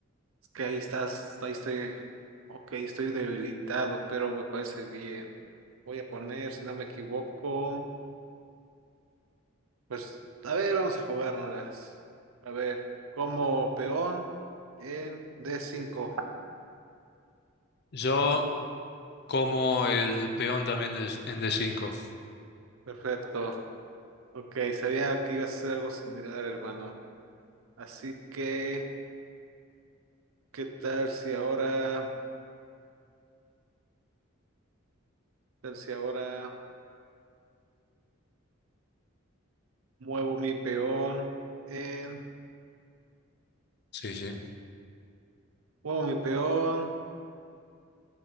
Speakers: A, on the right; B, on the left.
A: Es que ahí estás, ahí estoy... Ok, estoy debilitado, pero me parece bien. Voy a poner, si no me equivoco. Pues, a ver, vamos a jugárnoslas. A ver, como peón en d cinco
B: Yo Como el peón también es- en d cinco
A: Perfecto. Ok, sabía que iba a hacer algo similar, hermano. Así que, ¿qué tal si ahora, qué tal si ahora muevo mi peón en,
B: Sí, sí.
A: muevo mi peón